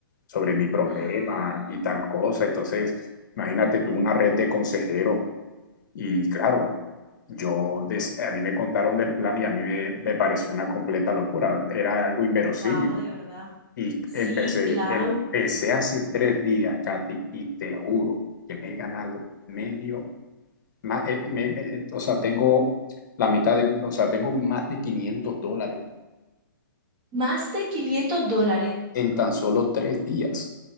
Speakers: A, on the left; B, on the right.
A: sobre mi problema
B: Ah,
A: y tal cosa. Entonces, imagínate tú una red de consejeros y claro, yo des- a mí me contaron del plan y a mí me, me pareció una completa locura, era algo inverosímil.
B: wow, de verdad.
A: Y
B: Sí,
A: empecé,
B: claro.
A: empecé hace tres días, Katy, y te juro que me he ganado medio, ma- eh, me- eh, o sea, tengo la mitad de, o sea, tengo más de 500 dólares
B: Más de 500 dólares.
A: en tan solo tres días.